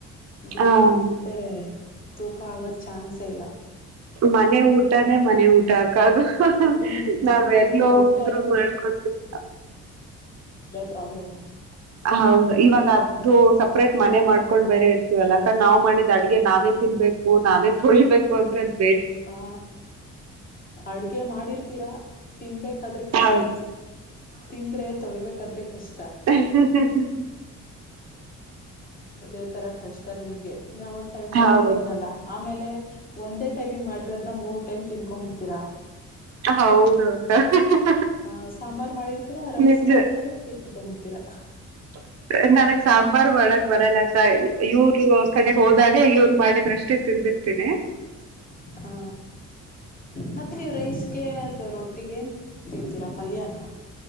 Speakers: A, on the left (about 30°); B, on the right (about 60°).
A: ಬಿಟ್ರೆ
B: ಹಾ ಹಾ ಹಾ
A: ಮತ್ತೆ
B: ಹಾ
A: ತೂಕ ಆಗೋದ ಚಾನ್ಸ ಇಲ್ಲ
B: ಮನೆ ಊಟಾನೇ ಮನೆ ಊಟ ಆಗ್ ದು
A: ಹ್ಮ್
B: ನಾವ
A: ಹೌದು
B: ಎಲ್ಲೋ
A: ಊಟ
B: ಉರು ಮಾಡ್ಕೊತೀವಿ
A: ಪ್ರಾಬ್ಲಮ
B: ಹೌದು ಇವಾಗ ಅ್ದದು ಸಪ್ರೇಟ್ ಮನೆ ಮಾಡ್ಕೊಂಡು ಬೇರೆ ಇರ್ತೀವಲ್ಲಾಕ ನಾವು ಮಾಡಿದ್ದ ಅಡ್ಗೆ ನಾವೇ ತಿನ್ಬೇಕು ನಾವೇ ತೊಳಿಬೇಕು ಅಂದ್ರೆ ಅ
A: ಹಾ ಅಡ್ಗೆ ಮಾಡಿರ್ತೀರಾ ತಿನ್ಬೇಕು ದ್ರೆ ಕಷ್ಟ
B: ಹೌದು
A: ತಿಂದ್ರೆ ತೊಳಬೇಕಾದ್ರೆ ಕಷ್ಟ
B: ಹ ಹ ಹ ಹ
A: ಅದೇ ತರ ಕಷ್ಟ ನಿಮ್ಗೆ ವಾಗ ಟೈಮ್ ಟೈಮ
B: ಹೌದು
A: ತಿನ್ನಲ್ಲ ಆಮೇಲೆ ಒಂದೇ ಟೈಮಿ ಮಾಡಿ ದ್ನ ಮೂರ್ ಟೈಮ್ ತಿನ್ಕೊಂಡ್ಂಬಿಡ್ತೀರಾ
B: ಹೌದು ಅಕ್ಕ
A: ಹ ಸಾಂಬಾರ್ ಮಾಡಿರ್ತೀರಾ ರೈಸ್
B: ನಿಜ
A: ಮಾಡ್ಕೊಂತೀರಾ ತಿನ್ಕೊಂಬಿಡ್ತೀರಾ
B: <unintelligible> ನನಗ್ ಸಾಂಬಾರಾರ್ ಮಾಡಕ್ ಬರಲ್ಲಕ್ಕ ಇವ್ರ ಕಡೆ ಹೋದಾಗೆ ಇವ್ನ್ ಮಾಡಿದ್ರಷ್ಟ ತಿಂದುಿರ್ತೇನನೆ
A: ಆ ಮತ್ತೆ ನೀವು ರೈಸ್ಗೆ ಅಥವಾ ರೊಟ್ಟಿಗೆ ತಿಂತೀರಾ ಪಲ್ಯನ